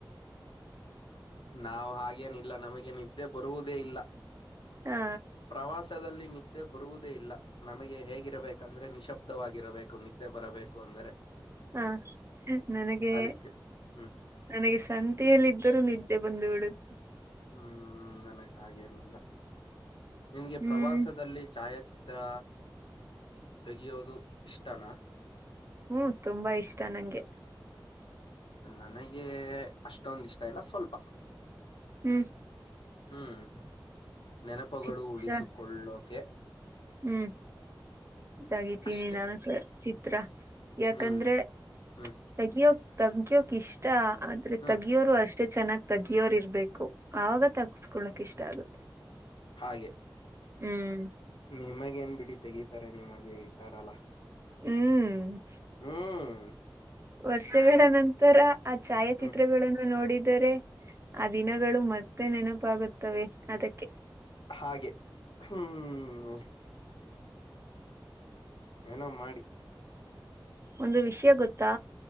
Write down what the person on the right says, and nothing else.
ಹಾ
ಹಾ ನನಗೆ
ನನಗೆ ಸಣ್ಣ <inaudible> ಯಲ್ಲಿದ್ದರೂ ನಿದ್ದೆ ಬಂದು ಬಿಡುತ್ತೆ
ಹ್ಮ್
ಹ್ಮ್ ತುಂಬಾ ಇಷ್ಟ ನಂಗೆ
ಹ್ಮ್
ಚಿಕ್ಸ
ಹ್ಮ್ ತಗಿತೀನಿ
ನಾನು ಚಿತ್ರ ಯಾಕಂದ್ರೆ
ತಗಿಯೋ ತಗ್ಯೋಕ್ ಇಷ್ಟ ಆದ್ರೆ
ತೆಗಿಯೋರು ಅಷ್ಟೇ ಚೆನ್ನಾಗಿ ತಗಿಯೋರ್ ಇರ್ಬೇಕು ಆಗ ತಗಸ್ಕೊಳಕ ಇಷ್ಟ ಆಗುತ್ತೆ
ಹ್ಮ್
ಹ್ಮ್
ವರ್ಷಗಳ ನಂತರ ಆ ಛಾಯಾಚಿತ್ರಗಳನ್ನು
ನೋಡಿದರೆ ಆ ದಿನಗಳು ಮತ್ತೆ ನೆನಪಾಗುತ್ತವೆ ಅದಕ್ಕೆ
ಒಂದು ವಿಷಯ ಗೊತ್ತಾ